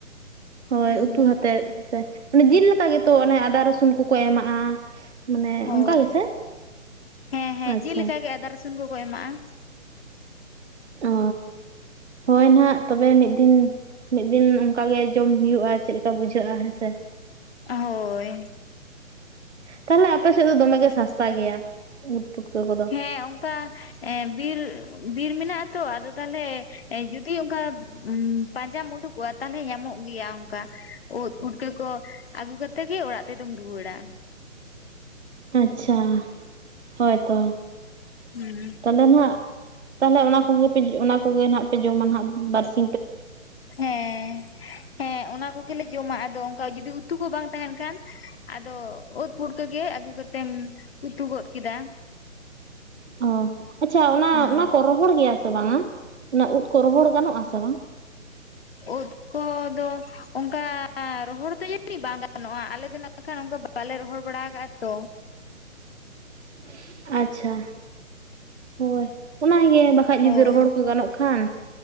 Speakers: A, on the right (about 60°); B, on the left (about 50°).
A: ᱦᱳᱭ
B: ᱦᱩᱸ
A: ᱩᱛᱩ ᱟᱛᱮᱫ ᱥᱮ ᱡᱤᱞ ᱞᱮᱠᱟ ᱜᱮᱛᱚ ᱚᱱᱮ ᱟᱫᱟ ᱨᱚᱥᱩᱱ ᱠᱚᱠᱚ ᱮᱢᱟᱜᱼᱟ ᱢᱟᱱᱮ
B: ᱦᱳᱭ
A: ᱚᱱᱠᱟ ᱜᱮᱥᱮ
B: ᱦᱮᱸ ᱦᱮᱸ
A: ᱟᱪᱪᱷᱟ
B: ᱡᱤᱞ ᱞᱮᱠᱟ ᱜᱮ ᱟᱫᱟᱨ ᱠᱚᱠᱚ ᱮᱢᱟᱜᱼᱟ
A: ᱚ ᱦᱳᱭ ᱱᱟᱦᱟᱜ ᱛᱚᱵᱮ ᱢᱤᱫ ᱫᱤᱱ ᱢᱤᱫ ᱫᱤᱱ ᱚᱱᱠᱟᱜᱮ ᱡᱚᱢ ᱦᱩᱭᱩᱜᱼᱟ ᱪᱮᱫ ᱞᱮᱠᱟ ᱵᱩᱡᱷᱟᱹᱜᱼᱟ ᱦᱮᱸᱥᱮ
B: ᱚ ᱦᱳᱭ
A: ᱛᱟᱦᱞᱮ ᱟᱯᱮ ᱥᱮᱫ ᱫᱚ ᱫᱚᱢᱮ ᱜᱮ ᱥᱟᱥᱛᱟ ᱜᱮᱭᱟ ᱩᱫ ᱯᱩᱴᱠᱟᱹ ᱠᱚᱫᱚ
B: ᱦᱮᱸ ᱚᱱᱠᱟ ᱮᱻ ᱵᱤᱨ ᱵᱤᱨ ᱢᱮᱱᱟᱜᱼᱟ ᱛᱚ ᱟᱫᱚ ᱛᱟᱦᱚᱞᱮ ᱡᱩᱫᱤ ᱚᱱᱠᱟ ᱯᱟᱸᱡᱟᱢ ᱩᱰᱩᱠᱚᱜᱼᱟ ᱛᱟᱦᱚᱞᱮ ᱧᱟᱢᱚᱜᱼᱟ ᱜᱮᱭᱟ ᱚᱱᱠᱟ ᱩᱫ ᱯᱷᱩᱴᱠᱟᱹ ᱠᱚ ᱟᱹᱜᱩ ᱠᱟᱛᱮᱫ ᱜᱮ ᱚᱲᱟᱜ ᱛᱮᱫᱚᱢ ᱨᱩᱣᱟᱹᱲᱟ
A: ᱟᱪᱪᱷᱟ ᱦᱳᱭᱛᱚ
B: ᱦᱩᱸ
A: ᱛᱟᱦᱚᱞᱮ ᱱᱟᱦᱟᱜ ᱛᱟᱦᱚᱞᱮ ᱚᱱᱟ ᱠᱚᱜᱮᱯᱮ ᱚᱱᱟ ᱠᱚᱜᱮ ᱯᱮ ᱡᱚᱢᱟ ᱱᱟᱦᱟᱜ ᱵᱟᱨᱥᱤ
B: ᱦᱮᱸ ᱦᱮᱸ ᱚᱱᱟ ᱠᱚᱜᱮᱞᱮ ᱡᱚᱢᱟ ᱟᱫᱚ ᱚᱱᱠᱟ ᱡᱩᱫᱤ ᱩᱛᱩ ᱠᱚ ᱵᱟᱝ ᱛᱟᱦᱮᱱ ᱠᱷᱟᱱ ᱟᱫᱚ ᱩᱫ ᱯᱷᱩᱴᱠᱟᱹ ᱜᱮ ᱟᱹᱜᱩ ᱠᱟᱛᱮᱢ ᱩᱛᱩ ᱜᱚᱫ ᱠᱮᱫᱟ
A: ᱚ ᱟᱪᱪᱷᱟ ᱚᱱᱟ
B: ᱦᱩᱸ
A: ᱚᱱᱟ ᱠᱚ ᱨᱚᱦᱚᱲ ᱜᱮᱭᱟ ᱥᱮ ᱵᱟᱝᱟ ᱚᱱᱟ ᱩᱫ ᱠᱚ ᱨᱚᱦᱚᱲ ᱜᱟᱱᱚᱜᱼᱟ ᱥᱮ ᱵᱟᱝ
B: ᱩᱫ ᱠᱚᱫᱚ ᱚᱱᱠᱟ ᱨᱚᱦᱚᱲ ᱫᱚ ᱡᱟᱹᱱᱤᱡ ᱵᱟᱝ ᱜᱟᱱᱚᱜᱼᱟ ᱟᱞᱮ ᱫᱚᱮᱠᱷᱟᱱ ᱵᱟᱞᱮ ᱨᱚᱦᱚᱲ ᱵᱟᱲᱟ ᱟᱠᱟᱫ ᱛᱚ
A: <inaudible> ᱟᱪᱪᱷᱟ ᱦᱳᱭ ᱚᱱᱟᱜᱮ ᱵᱟᱠᱷᱟᱡ ᱡᱩᱫᱤ
B: ᱦᱳᱭ
A: ᱨᱚᱦᱚᱲ ᱠᱚ ᱜᱟᱱᱚᱜ ᱠᱷᱟᱱ